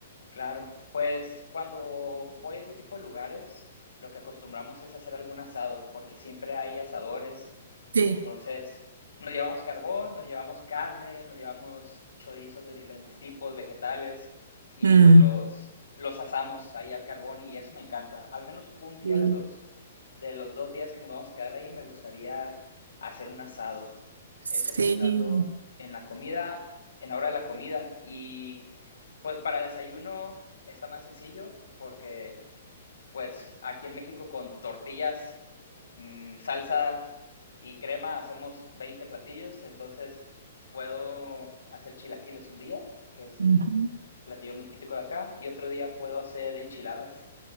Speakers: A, on the left; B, on the right.
A: Claro, pues cuando voy a este tipo de lugares, lo que acostumbramos es hacer algún asado, porque siempre hay asadores.
B: Sí.
A: Entonces, nos llevamos carbón, nos llevamos carne, nos llevamos chorizos de diferentes tipos, vegetales, y
B: Mm.
A: pues los, los asamos ahí al carbón y eso me encanta. Al menos un día
B: Sí.
A: de los, de los dos días que nos vamos a quedar ahí, me gustaría hacer un asado.
B: Sí.
A: Eso pensando en la comida, en la hora de la comida. Y pues para desayuno está más sencillo porque pues aquí en México con tortillas, mmm, salsa y crema hacemos 20 platillos, entonces puedo hacer chilaquiles un día, que es el
B: Ujú.
A: platillo muy típico de acá, y otro día puedo hacer enchiladas.